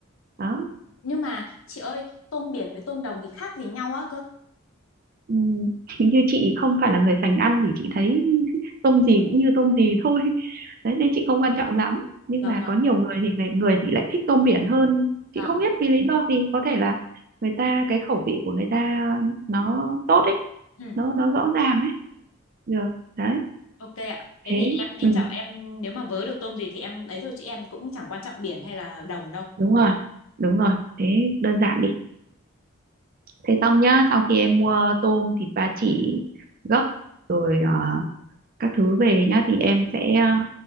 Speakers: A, on the right; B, on the left.
A: đó
B: Nhưng mà chị ơi, tôm biển với tôm đồng thì khác gì nhau á cơ?
A: Ừm, <laughs> như chị không phải là người sành ăn thì chị thấy <laughs> tôm gì cũng như tôm gì thôi đấy nên chị không quan trọng lắm nhưng
B: Được
A: mà
B: rồi,
A: có nhiều người thì người người thì lại thích tôm biển hơn chị
B: vâng.
A: không biết vì lý do gì có thể là người ta cái khẩu vị của người ta nó tốt ấy
B: Ừ,
A: nó nó rõ ràng ấy được đấy
B: ok ạ.
A: thế
B: Thế thì em đi
A: ừ,
B: chợ em nếu mà vớ được tôm gì thì em ấy thôi chứ em cũng chẳng quan trọng biển hay là đồng đâu.
A: đúng rồi đúng rồi thế đơn giản đi Thế xong nhá, sau khi em mua tôm, thịt ba chỉ, gấc rồi ờ, các thứ về nhá thì em sẽ ờ,